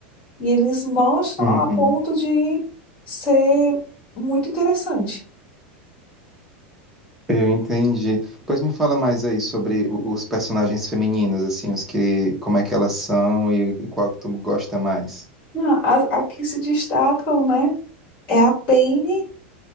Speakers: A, on the left (about 25°); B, in the centre.
A: E eles mostram
B: uhum.
A: a ponto de ser muito interessante.
B: Eu entendi. Pois me fala mais aí sobre o- os personagens femininos, assim, os que, como é que elas são e, e qual que tu gosta mais.
A: Não, as- a que se destacam, né? É a Penny,